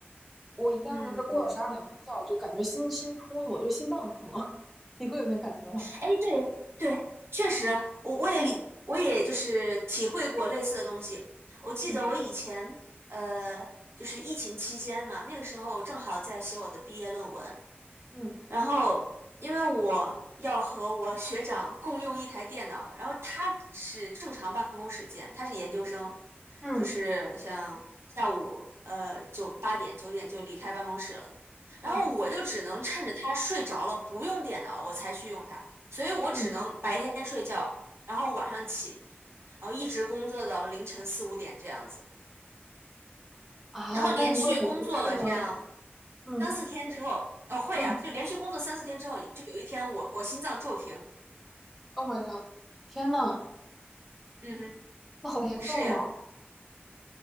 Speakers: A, in the centre; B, on the right.
A: 我一旦就是过了十二点睡觉，
B: 嗯嗯。
A: 我就感觉心心突突，我就心脏疼。<laughs> 你会有那感觉吗？
B: 哎，对对，确实，我我也理，我也就是体会过类似的东西。我记得我以前呃，
A: 嗯
B: 就是疫情期间嘛，那个时候正好在写我的毕业论文，
A: 嗯
B: 然后因为我要和我学长共用一台电脑，然后他是正常办公时间，他是研究生，
A: 嗯
B: 就是像下午呃九八点九点就离开办公室了，然后我就只能趁着他睡着了不用电脑了我才去用它，
A: 嗯
B: 所以我只能白天睡觉，
A: 嗯
B: 然后晚上起，然后一直工作到凌晨四五点这样子，
A: 啊，
B: 然后连续工作了这样。
A: 那你为什么不吃吗？嗯
B: 三四天之后，哦会呀、
A: 嗯
B: 就连续工作三四天之后，就有一天我我心脏骤停。
A: o 晚上，天呐，
B: 嗯哼，
A: 那好严重啊，
B: 是呀，